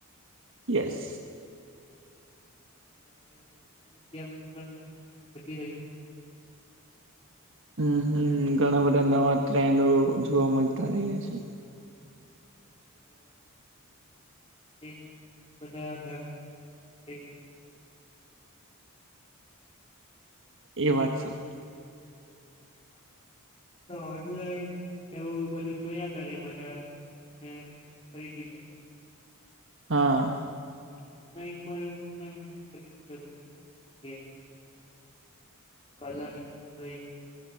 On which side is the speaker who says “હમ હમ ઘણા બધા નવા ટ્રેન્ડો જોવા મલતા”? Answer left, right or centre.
Right